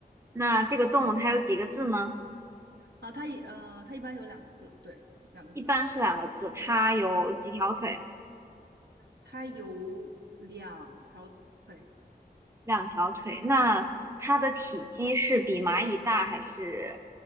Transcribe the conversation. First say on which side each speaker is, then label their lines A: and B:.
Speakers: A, on the right (about 15°); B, on the right (about 85°).
A: 那这个动物它有几个字呢？
B: 嗯，啊，它一呃，它一般有两个字，对，两个字，
A: 一般是两个字。它有几条腿？
B: 它有两条腿，
A: 两条腿。那它的体积是比蚂蚁大还是？